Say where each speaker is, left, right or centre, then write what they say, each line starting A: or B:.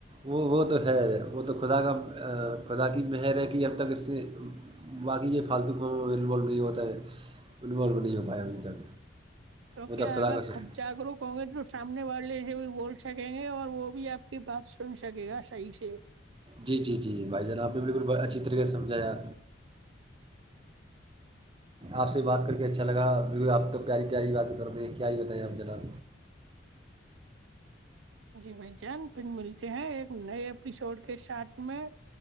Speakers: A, on the right; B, on the right.
A: وہ وہ تو ہے وہ تو خدا کا خدا کی مہر ہے کہ اب تک اس سے <unintelligible> باقی یہ فالتووں میںو نہیں ہوتا ہے انوالو نہیں ہو پائے اھی تک
B: <unintelligible>
A: وہ تو خدا کا شکر
B: جاگروک ہوں گے تو سامنے والے سے بھی بول سکیں گے اور وہ بھی آپ کی بات سن سکے گا صحیح سے
A: جی جی جی بھائی جان آپ نے بالکل اچھی طریقے سے سمجھایا آپ سے بات کر کے اچھا لگا آپ تو پیاری پیاری بات کر دے ہیں کیا ہی بتائییں آپ جناب
B: جی بھائی جان پھر ملتے ہیں ایک نئے ایپیسوڈ کے ساتھ میں